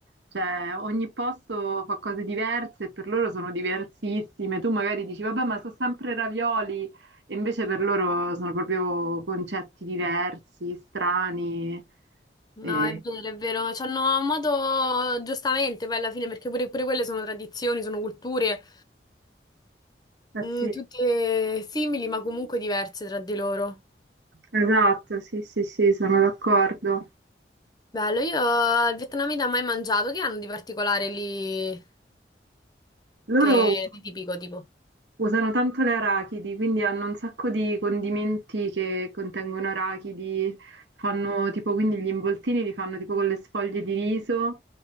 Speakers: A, on the right; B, on the left.
A: cioè, ogni posto fa cose diverse e per loro sono diversissime. Tu magari dici, vabbè, ma sono sempre ravioli, e invece per loro sono proprio concetti diversi, strani.
B: No,
A: E...
B: è vero, è vero. C'hanno un modo, giustamente, poi alla fine, perché pure, pure quelle sono tradizioni, sono culture,
A: Eh
B: mm,
A: sì,
B: tutte simili, ma comunque diverse tra di loro.
A: esatto, sì, sì, sì, sono d'accordo.
B: Bello, io al vietnamita mai mangiato, che hanno di particolare lì,
A: Loro
B: che di tipico tipo?
A: usano tanto le arachidi, quindi hanno un sacco di condimenti che contengono arachidi, fanno tipo quindi gli involtini li fanno tipo con le sfoglie di riso,